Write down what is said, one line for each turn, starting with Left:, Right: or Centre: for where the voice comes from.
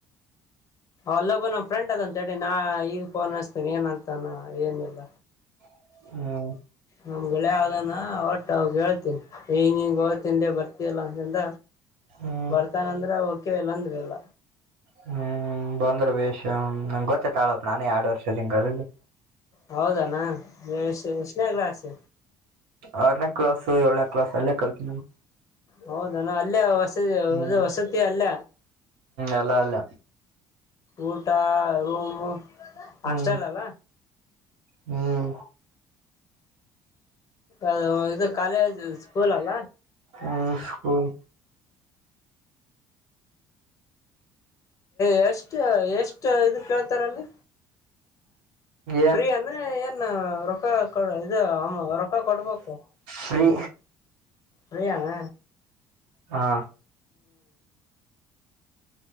Left: ಅಲ್ಲೊಬ್ಬ ನಮ್ಮ ಫ್ರೆಂಡ್ ಅದಂತ ಹೇಳಿ ನಾ ಈಗ ಫೋನ್ ಅಸ್ತೇನಿ ಏನಂತಾನ ಏನಿಲ್ಲ.
Right: ಹ್ಮ.
Left: ನಮ್ ಗೆಳೆಯ ಅಧನ ಒಟ್ಟ ಅವ ಹೇಳ್ತನಿ ಹಂಗ ಹಿಂಗ ಹೋಳ್ತನ್ ಬರ್ತಿಯಲ್ಲ ಅಂತಂದ.
Right: ಹ್ಮ್
Left: ಬರ್ತಾನ ಅಂದ್ರೆ ಓಕೆ ಇಲ್ಲಂದ್ರ ಇಲ್ಲ.
Right: ಹ್ಮ್ ಬಂದ್ರು ವೇಶ ನಂಗೆ ಗೊತ್ತೇ ತಾಳಪ್ಪ ನಾನೇ ಎರಡು ವರ್ಷ ಇದೀನಿ ಕಾಲೇಜ್ ಅಲ್ಲಿ
Left: ಹೌದಣ ಎಷನೇ ಕ್ಲಾಸ್
Right: ಆರನೇ ಕ್ಲಾಸ್ ಏಳನೇ ಕ್ಲಾಸ್ ಅಲ್ಲೇ ಕಲ್ತೀನ.
Left: ಹೌದಾನ ಅಲ್ಲೇ. ಅದು
Right: ಹ್ಮ್
Left: ವಸತ್ಯ ಅಲ್ಲ.
Right: ಎಲ್ಲ ಅಲ್ಲ
Left: ಊಟ ರೂಮ್ ಹಾಸ್ಟೆಲ್
Right: ಹ್ಮ್
Left: ಅಲ್ಲ.
Right: ಹ್ಮ್.
Left: ಅದು ಇದು ಕಾಲೇಜ್ ಸ್ಕೂಲ್ ಅಲ್ಲ.
Right: ಹ್ಮ್ ಸ್ಕೂಲ್
Left: ಎಷ್ಟ ಎಷ್ಟ ಇದ ಕೇಳ್ತಾರಲ್ಲಿ.
Right: ಏನ್
Left: ಪ್ರೀ ಏನು ಹೆನ್ ರೊಕ್ಕ ಇದು ಆ ರೊಕ್ಕ ಕೊಡ್ಬೇಕು
Right: ಫ್ರೀ
Left: ಪ್ರೀ ಯಾನ.
Right: ಹಾ.